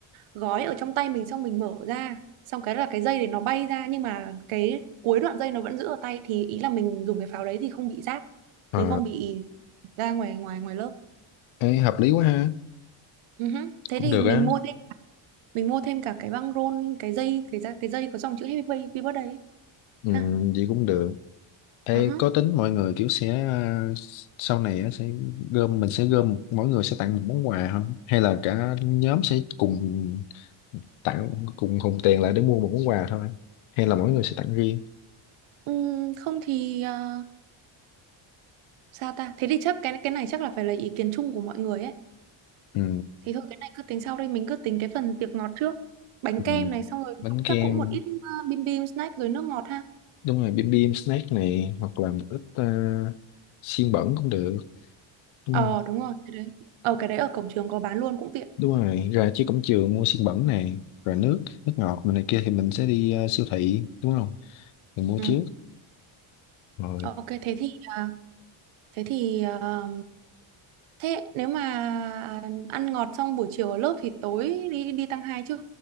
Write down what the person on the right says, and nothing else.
gói ở trong tay mình xong mình mở ra xong cái là cái dây để nó bay ra nhưng mà cái cuối đoạn dây nó vẫn giữ ở tay thì ý là mình dùng cái pháo đấy thì không bị rác
mình không bị ra ngoài ngoài ngoài lớp
Ừ hứ. Thế
thì
mình
mua thêm mình mua thêm cả cái băng rôn cái dây cái da cái dây có dòng chữ Happy Birthday Happy Birthday ấy.
ha
ờ hả.
Ừm, không thì ờ, sao ta thế thì chắc cái cái này chắc là phải là ý kiến chung của mọi người ấy
thì thôi cái này cứ tính sau đây mình cứ tính cái phần tiệc ngọt trước bánh
kem này xong rồi cũng-
chắc cũng một ít ờ, bim bim snack rồi nước ngọt ha
ờ
đúng rồi cái đấy ở cái đấy ở cổng trường có bán luôn cũng tiện
ừ
ok thế thì ờ, thế thì ờ, Thế nếu mà ăn ngọt xong buổi chiều ở lớp thì tối đi đi tăng hai chứ,